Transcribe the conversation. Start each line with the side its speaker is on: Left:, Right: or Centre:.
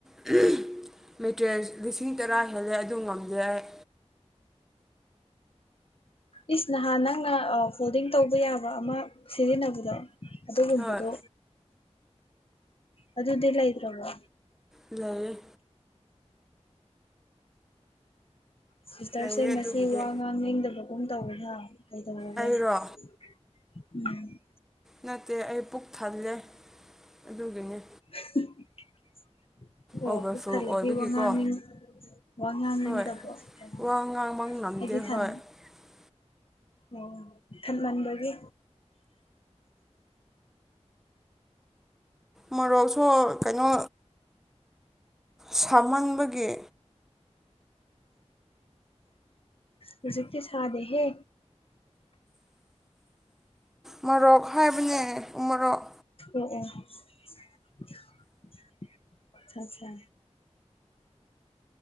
Centre: <unintelligible> ꯃꯦꯇꯔꯤꯌꯦꯜ ꯂꯤꯁꯤꯡ ꯇꯔꯥ ꯍꯦꯜꯂꯦ ꯑꯗꯨ ꯉꯝꯗꯦ ꯑꯩ
Left: ꯏꯁ ꯅꯍꯥꯟ ꯅꯪꯅ ꯑ ꯐꯣꯜꯗꯤꯡ ꯇꯧꯕ ꯌꯥꯕ ꯑꯃ ꯁꯤꯖꯤꯟꯅꯕꯗꯣ ꯑꯗꯨꯒꯨꯝꯕꯗꯣ
Centre: ꯍꯣꯏ
Left: ꯑꯗꯨꯗꯤ ꯂꯩꯇ꯭ꯔꯕꯣ
Centre: ꯂꯩꯔꯦ
Left: ꯁꯤꯁꯇꯔꯁꯦ
Centre: ꯂꯩꯌꯦ
Left: ꯉꯁꯤꯁꯦ
Centre: ꯑꯗꯨꯕꯨꯗꯤ
Left: ꯋꯥ ꯉꯥꯡꯅꯤꯡꯗꯕꯒꯨꯝ ꯇꯧꯏꯗ ꯀꯩꯗꯧꯔꯒꯦ
Centre: ꯑꯩꯔꯣ
Left: <unintelligible>
Centre: ꯅꯠꯇꯦ ꯑꯩ ꯄꯨꯛ ꯊꯜꯂꯦ ꯑꯗꯨꯒꯤꯅꯤ
Left: <unintelligible> ꯑꯣ
Centre: ꯑꯣꯚꯔꯐꯨꯜ
Left: ꯄꯨꯛ ꯊꯜꯂꯗꯤ
Centre: ꯑꯣꯏꯕꯒꯤꯀꯣ
Left: ꯋꯥꯉꯥꯡ ꯅꯤꯡ ꯋꯥꯉꯥꯡꯅꯤꯗꯕ꯭ꯔꯣ
Centre: ꯍꯣꯏ
Left: ꯑꯣ ꯑꯣ
Centre: ꯋꯥ ꯉꯥꯡꯕ ꯉꯝꯗꯦ
Left: ꯑ ꯩꯗꯤ ꯊꯟ
Centre: <inaudible>
Left: ꯑꯣ ꯊꯟꯃꯟꯕꯒꯤ
Centre: ꯃꯣꯔꯣꯛꯁꯣ ꯀꯩꯅꯣ ꯁꯥꯃꯟꯕꯒꯤ
Left: ꯍꯧꯖꯤꯛ ꯇꯤ ꯁꯥꯗꯦꯍꯦ
Centre: ꯃꯣꯔꯣꯛ ꯍꯥꯏꯕꯅꯦ ꯎꯃꯣꯔꯣꯛ
Left: ꯑꯣ ꯑꯣ <unintelligible> ꯑꯆꯥ ꯆꯥ